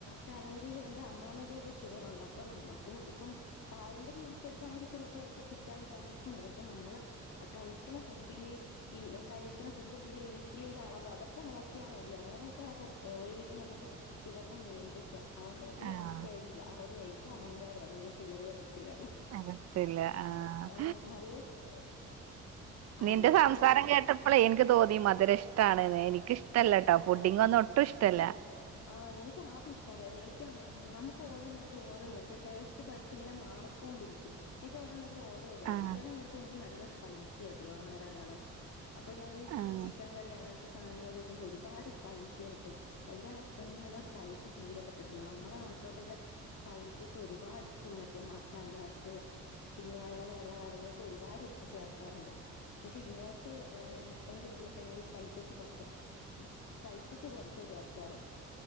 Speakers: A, on the left (about 65°); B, on the right (about 55°).
A: ഫാമിലിൽ എന്റെ അമ്മാമ്മയ്ക്കൊക്കെ ഷുഗറുണ്ട്. അപ്പോ നമ്മക്കും ഇപ്പം പാരമ്പര്യ അനുസരിച്ചാണെങ്കിൽ ചിലപ്പോ എനിക്ക് കിട്ടാൻ ചാൻസ്ണ്ട് പക്ഷെ നമ്മള് കഴിക്കണ ഫുഡില് ഇന്ന് കഴിക്കണ ഫുഡും പിന്നെ ഇൻസുലിൻന്റെ അളവ് അതൊക്കെ നോക്കിയാൽ മതി അങ്ങനെ അങ്ങനെക്കെ ഒരു വിധം നമുക്ക് ഷുഗറിനെ നിയന്ത്രിക്കാം. അതൊണ്ട് എനിക്ക്
B: ആഹ്
A: വല്ല്യേ പേടിയില്ല. അതൊരു ലൈ എനിക്ക് അഹങ്കാരാ അതൊണ്ട് ഷുഗർ വരത്തില്ലാന്ന്.
B: വരത്തില്ല. ആഹ്
A: ആ <inaudible> ആ
B: നിന്റെ
A: മധുരം
B: സംസാരം കേട്ട കെട്ട പ്പളെ എനിക്ക് തോന്നി മധുരം ഇഷ്ട്ടാണ് ന്ന്. എനിക്കിഷ്ടല്ലാട്ടോ? പുഡിങ്ങൊന്നും ഒട്ടും ഇഷ്ടല്ല.
A: ആ, എനിക്ക് ആദ്യം ഇഷ്ടല്ലായിരുന്നു. എനിക്ക് നമുക്ക് ഓരോ നേരത്തും ഓരോ നേരത്തെ ടെേസ്റ്റ് ബഡ്സ് ഇങ്ങനെ മാറി മാറി ക്കൊണ്ടിരിക്കും. എനിക്ക് ഓരോ നേരത്തു ഓരോ ഒരോ തായിരിക്കും
B: ആഹ്
A: ചെല നേരത്ത് എനിക്ക് നല്ല സ്പൈസി ആയിട്ടുള്ള ആഹാരം വേണം. അപ്പോ ഞാനീ
B: ആഹ്
A: ചിക്കൻ കറി അങ്ങനത്തെ സാധനങ്ങളൊക്കെ കഴിക്കുമ്പോൾ ഒരുപാട് സ്പൈസി ആക്കും. എന്റെ ഹസ്‌ ഹസ് ബന്റിന് പറഞ്ഞ സ്പൈസി തീരെ പറ്റത്തില്ല. നമ്മളെ നാട്ടിലോട്ടല്ല സ്പൈസസ് ഒരുപാട്ട്ടും. മറ്റേ മാ മസലാസ് പിന്നെ അങ്ങനെയുള്ള കാര്യങ്ങളൊക്കെ ഒരുപാട് ചേർക്കാറുണ്ട്. പക്ഷേ ഇങ്ങോട്ട് ഏ ഹസ് ഹസ്ബന്റിന്റെ വീട്ടിലൊക്കൊണെങ്കിൽ സ്പൈസസ് കൊറച്ച് സ്പൈസസ് കൊറച്ച ചേർക്കാറ്.